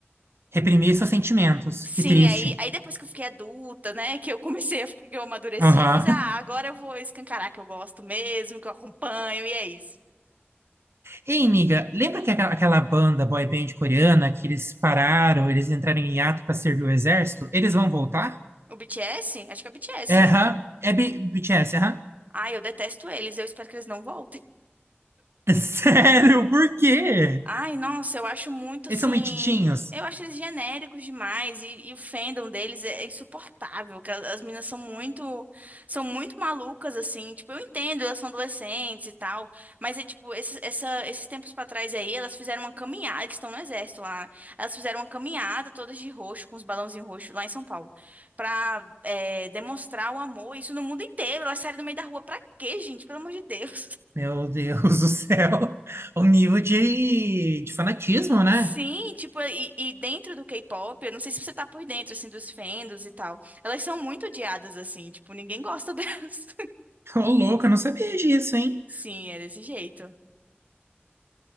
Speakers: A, on the right; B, on the right.
A: Reprimir seus sentimentos.
B: Sim,
A: Que triste.
B: aí, aí depois que eu fiquei adulta, né, que eu comecei a ficar, que eu amadureci,
A: Aham.
B: eu fiz, ah,
A: <laughs>
B: agora eu vou escancarar que eu gosto mesmo, que eu acompanho, e é isso.
A: Ei, amiga, lembra que aquela, aquela banda boy band coreana que eles pararam, eles entraram em hiato pra servir o exército? Eles vão voltar?
B: O BTS? Acho que é o BTS,
A: É,
B: né?
A: Aham. É B- BTS, aham.
B: Ai, eu detesto eles, eu espero que eles não voltem.
A: <laughs> Sério, por quê?
B: Ai, nossa, eu acho muito
A: Eles
B: assim.
A: são metidinhos?
B: Eu acho eles genéricos demais e, e o fandom deles é insuportável, que as, as meninas são muito são muito malucas assim, tipo, eu entendo, elas são adolescentes e tal, mas é tipo, esses, essa- esses tempos pra trás aí, elas fizeram uma caminhada, eles estão no exército lá. Elas fizeram uma caminhada todas de roxo, com os balãozinhos roxos lá em São Paulo, pra é, demonstrar o amor, isso no mundo inteiro. Elas saíram no meio da rua pra quê, gente? Pelo amor de Deus.
A: Meu Deus do céu, <laughs> o nível de, de fanatismo, né?
B: Sim, tipo, e, e dentro do K-pop, eu não sei se você tá por dentro, assim, dos fandoms e tal. Elas são muito odiadas, assim, tipo, ninguém gosta delas.
A: Ô, louco, eu não sabia disso,
B: <laughs>
A: hein?
B: Sim, é desse jeito.